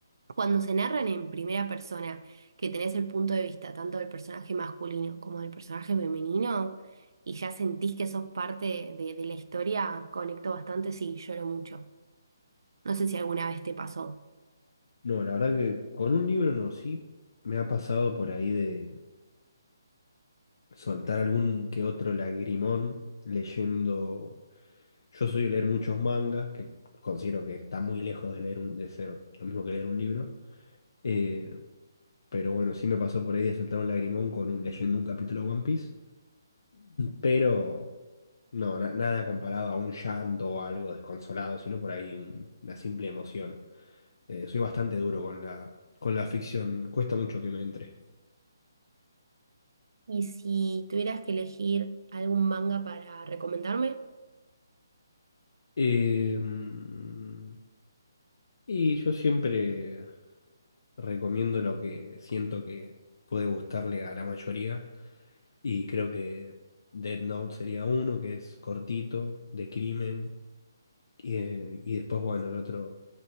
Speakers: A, on the right; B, on the left.
A: Cuando se narran en primera persona, que tenés el punto de vista tanto del personaje masculino como del personaje femenino, y ya sentís que sos parte de, de la historia, conecto bastante, sí, lloro mucho. No sé si alguna vez te pasó.
B: No, la verdad que con un libro no, sí me ha pasado por ahí de soltar algún que otro lagrimón leyendo. Yo soy de leer muchos mangas, que considero que está muy lejos de leer un, de ser lo mismo que leer un libro. Eh, pero bueno, sí me pasó por ahí de soltar un lagrimón con, un- leyendo un capítulo de One Piece. Pero no, na- nada comparado a un llanto o algo desconsolado, sino por ahí un- una simple emoción. Eh, soy bastante duro con la, con la ficción, cuesta mucho que me entre.
A: Y si tuvieras que elegir algún manga para recomendarme, lo
B: Eh, mm, y yo siempre recomiendo lo que siento que puede gustarle a la mayoría. Y creo que Dead Note sería uno, que es cortito, de crimen. Y, eh, y después, bueno, el otro